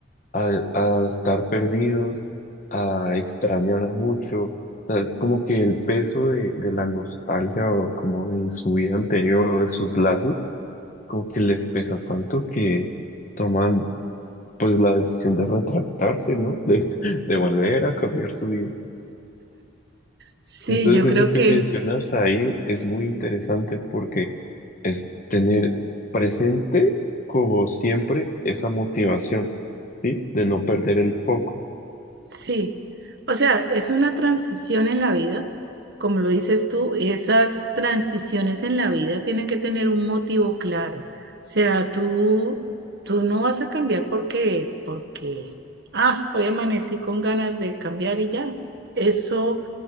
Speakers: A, on the left; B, on the right.
A: a, a estar perdidos, a extrañar mucho. O sea, como que el peso de, de la nostalgia o como de su vida anterior o de sus lazos, como que les pesa tanto que toman pues la decisión de retractarse, ¿no? <laughs> De, de volver a cambiar su vida.
B: Sí,
A: Entonces
B: yo creo
A: eso que
B: que
A: mencionas ahí es muy interesante porque es tener presente como siempre esa motivación, ¿sí? De no perder el foco.
B: sí. O sea, es una transición en la vida, como lo dices tú, esas transiciones en la vida tienen que tener un motivo claro. O sea, tú, tú no vas a cambiar porque, porque, ah, hoy amanecí con ganas de cambiar y ya. Eso